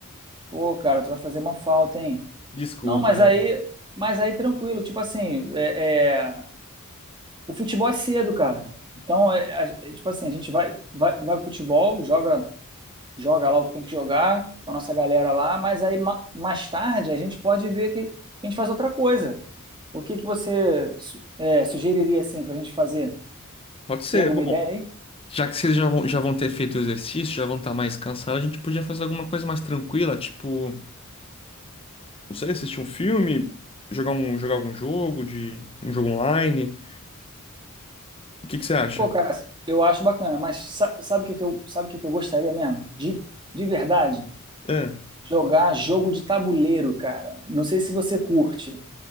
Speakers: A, on the right (about 20°); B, on the left (about 25°).
A: Pô, cara, tu vai fazer uma falta, hein?
B: Desculpa,
A: Não, mas
B: é.
A: aí, mas aí tranquilo, tipo assim, é, é, o futebol é cedo, cara. Então, é, a- é, tipo assim, a gente vai, vai, vai pro futebol, joga, joga lá o que tem que jogar com a nossa galera lá, mas aí ma- mais tarde a gente pode ver que a gente faz outra coisa. O que que você su- é, sugeriria assim pra gente fazer?
B: Pode ser.
A: Tem alguma
B: Bom,
A: ideia aí?
B: já que vocês já vão, já vão ter feito o exercício, já vão estar mais cansados, a gente podia fazer alguma coisa mais tranquila, tipo, não sei, assistir um filme, jogar um, jogar algum jogo de um jogo online. O que que você acha?
A: Pô, cara, eu acho bacana, mas sa- sabe o que que eu, sabe o que que eu gostaria mesmo? De, de verdade,
B: É.
A: jogar jogo de tabuleiro, cara. Não sei se você curte.